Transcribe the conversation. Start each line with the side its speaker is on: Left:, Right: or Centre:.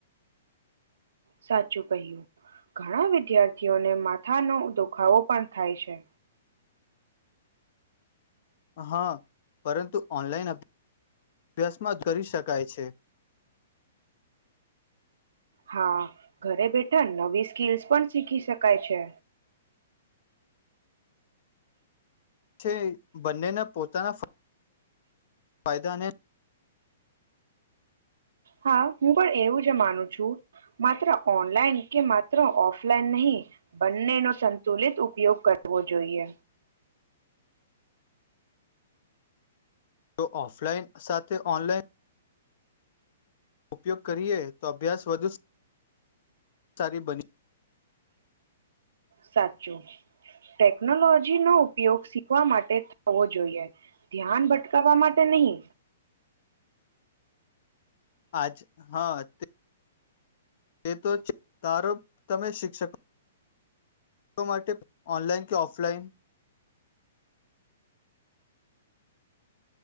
Right: સાચું કહ્યું ઘણા વિદ્યાર્થીઓને માથાનો દુખાવો પણ થાય છે
Left: હા પરંતુ ઓનલાઈન અભ્યાસમાં જ કરી શકાય છે
Right: હા ઘરે બેઠા નવી સ્કીલસ પણ શીખી શકાય છે
Left: છે બંનેના પોતાના ફાયદા અને
Right: હા હું પણ એવું જ માનું છું માત્ર ઓનલાઈન કે માત્ર ઓફલાઈન નહીં બંનેનો સંતુલિત ઉપયોગ કરવો જોઈએ
Left: જો ઓફલાઈન સાથે ઓનલાઈન ઉપયોગ કરીએ તો અભ્યાસ વધુ સારી બની
Right: સાચું ટેકનોલોજી નો ઉપયોગ શીખવા માટે થવો જોઈએ ધ્યાન ભટકાવવા માટે નહી
Left: આજ હા તે એ તો ચ તારો તમે શિક્ષકો માટે ઓનલાઈન કે ઓફલાઈન